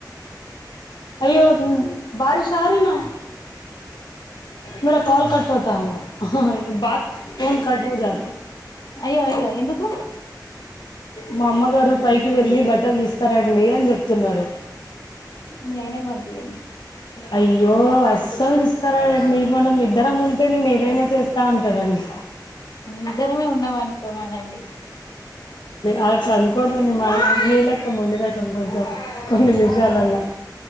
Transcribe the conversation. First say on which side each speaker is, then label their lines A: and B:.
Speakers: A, on the left; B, on the left.
A: అయ్యో బారిష్ ఆరీనా. మేరా కాల్ కట్ హోతా హుంగా. ఆహా ఆ బాత్ ఫోన్ కట్ హో జా
B: అయ్యో అయ్యో ఎందుకు?
A: మా అమ్మగారు పైకి వెళ్ళి బట్టలు తీసుకరండి అని చెప్తున్నరు.
B: మీ ఆయనని పంపియండి.
A: అయ్యో అస్సలు తీసుకరాడండి మనం ఇద్దరం ఉంటే నేను ఏదైనా చేస్ స్తా అంటడండి.
B: ఇద్దరమే ఉన్నం అనుకోమనండి.
A: అట్లా అనుకోడండి మా ఆయన, నీలెక్క మొండిగటం కొంచెం కొన్ని విషయాలల్లా.